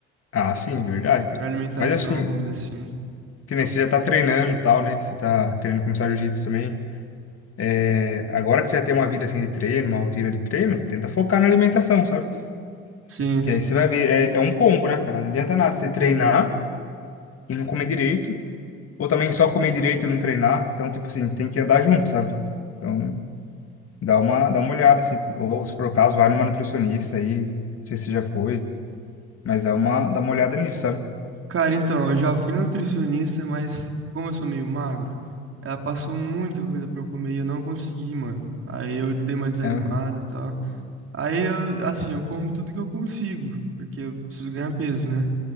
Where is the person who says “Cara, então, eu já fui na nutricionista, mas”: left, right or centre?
Right